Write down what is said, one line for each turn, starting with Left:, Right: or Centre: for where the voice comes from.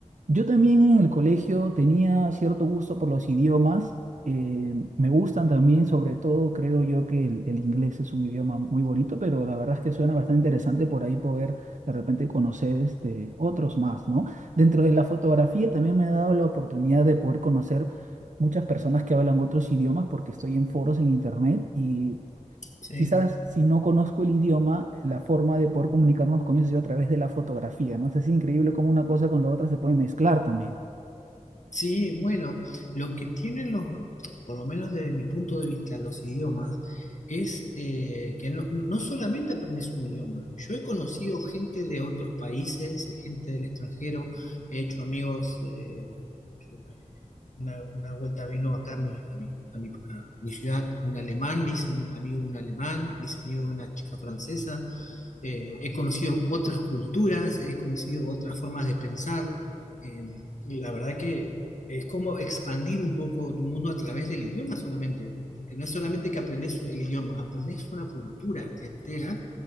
Right: Yo también en el colegio tenía cierto gusto por los idiomas. eh, me gustan también, sobre todo creo yo que el, el inglés es un idioma muy bonito, pero la verdad es que suena bastante interesante por ahí poder de repente conocer este, otros más, ¿no? Dentro de la fotografía también me ha dado la oportunidad de poder conocer muchas personas que hablan otros idiomas porque estoy en foros en internet y
Left: Sí.
Right: quizás si no conozco el idioma, la forma de poder comunicarnos con ellos es a través de la fotografía, ¿no? O sea, es increíble cómo una cosa con la otra se puede mezclar también.
Left: Sí, bueno, lo que tienen los, por lo menos desde mi punto de vista, los idiomas, es eh, que no, no no solamente aprendes un idioma. Yo he conocido gente de otros países, eh, gente del extranjero, he hecho amigos, eh, yo, eh, una, una vuelta vino acá a mi, a mi, a mi, a mi ciudad un alemán, me hice un amigo de un alemán, me hice amigo de una chica francesa, eh, he conocido otras culturas, he conocido otras formas de pensar. Eh, y la verdad que es como expandir un poco tu mundo a través del idioma solamente, porque no es solamente que aprendes el idioma, aprendes una cultura entera